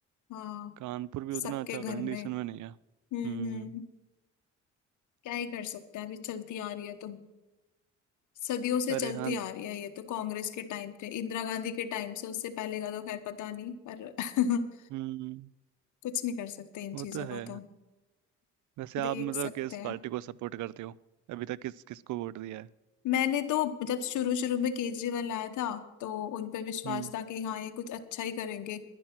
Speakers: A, on the left; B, on the right.
A: हाँ
B: कानपुर भी उतना
A: सबके
B: अच्छा
A: घर
B: कंडीशन
A: में
B: में नहीं है हम्म
A: हम्म हम्म क्या ही कर सकते हैं अभी चलती आ रही है तो सदियों से
B: अरे
A: चलती
B: हाँ
A: आ रही है ये तो कांग्रेस के टाइम से इंदिरा गांधी के टाइम से उससे पहले का तो खैर पता नहीं पर <laughs>
B: हम्म
A: कुछ नहीं कर सकते इन
B: वो
A: चीजों
B: तो
A: का
B: है
A: तो
B: वैसे आप
A: देख
B: मतलब
A: सकते
B: किस
A: हैं
B: पार्टी को सपोर्ट करते हो अभी तक किस किस को वोट दिया है
A: मैंने तो जब शुरू शुरू में केजरीवाल आया था तो उन पे विश्वास
B: हम्म
A: था कि हाँ ये कुछ अच्छा ही करेंगे